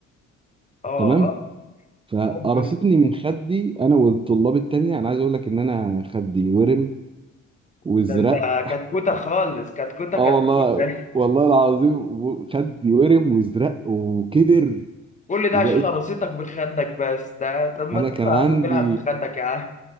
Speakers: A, on the left; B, on the right.
A: اه
B: تمام فقرصتني
A: حب
B: من خدي انا والطلاب التانية انا عايز اقول لك ان انا خدي ورم وازرق
A: ده انت كتكوته خالص كتكوته كتكوته
B: اه والله والله العظيم و- خدي ورم وازرق وكبر
A: كل ده
B: وبقيت
A: عشان قراصتك بخدك بس ده طب ما
B: انا
A: تسيبها
B: كان عندي
A: يا عم تلعب في خدك يا عم